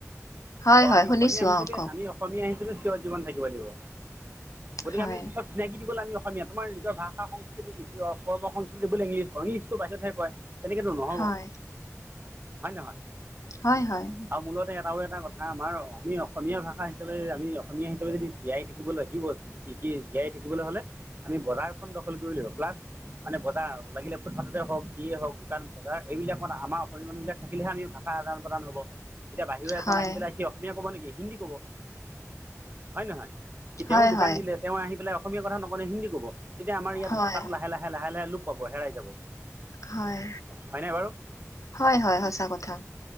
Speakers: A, on the left; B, on the right.
A: হয়,
B: অ'
A: হয়,
B: আমি
A: শুনিছো
B: অসমীয়া হিচাপে
A: অ, কওক
B: আমি অসমীয়া হিচাপে চিৰ জীৱন থাকিব লাগিব। গতিকে
A: হয়,
B: আমি পিছত চিনাকি দিবলৈ আমি অসমীয়া। তোমাৰ নিজৰ ভাষা সংস্কৃতি কি? কৰ্ম সংস্কৃতি বুলি ইংলিছ ইংলিছটো বাহিৰতহে কয়। তেনেকেতো নহ'ব,
A: হয়।
B: হয় নে নহয়?
A: হয়, হয়,
B: আৰু মূলতে এটাও এটা কথা হা আমাৰ আমি অসমীয়া ভাষা হিচাপে আমি অসমীয়া হিচাপে যদি জীয়াই থাকিব লাগিব শিকি জীয়াই থাকিবলৈ হ'লে আমি বজাৰখন দখল কৰিব লাগিব। প্লাছ মানে বজাৰ আৰু লাগিলে আৰু প্ৰথামতে হওক। যিয়ে হওক দোকান বজাৰ এইবিলাক মানে আমাৰ অসমীয়া মানুহবিলাক থাকিলেহে আমি ভাষা আদান প্ৰদান হ'ব। এতিয়া বাহিৰৰ এজন
A: হয়,
B: আহি পেলাই সি অসমীয়া ক'ব নেকি? হিন্দী ক'ব। হয় নহয়?
A: হয়,
B: তেওঁ দোকান
A: হয়।
B: দিলে তেওঁ আহি পেলাই অসমীয়া কথা নকয় নহয় হিন্দী ক'ব। তেতিয়া আমাৰ ইয়াত
A: হয়,
B: ভাষাটো লাহে লাহে লাহে লাহে লোপ পাব, হেৰাই যাব।
A: হয়।
B: হয়নে বাৰু
A: হয়, হয় সঁচা কথা।